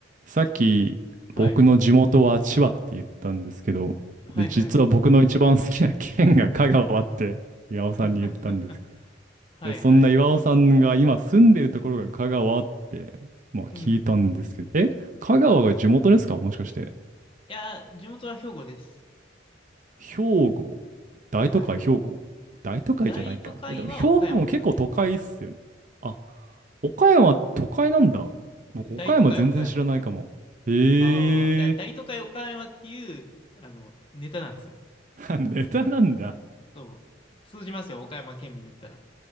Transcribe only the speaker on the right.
さっき僕の地元は千葉って言ったんですけど、
で、実は僕の一番好きな県が香川って <laughs> 岩尾さんに言ったんですけど、
で、そんな岩尾さんが今住んでるところが香川って、まあ聞いたんですけど、
え、香川が地元ですかもしかして。
兵庫大都会兵庫大都会じゃないか。
え、でも兵庫も結構都会っすよね。あ、岡山都会なんだ。僕岡山全然知らないかも。
へえ、
<laughs> ネタなんだ。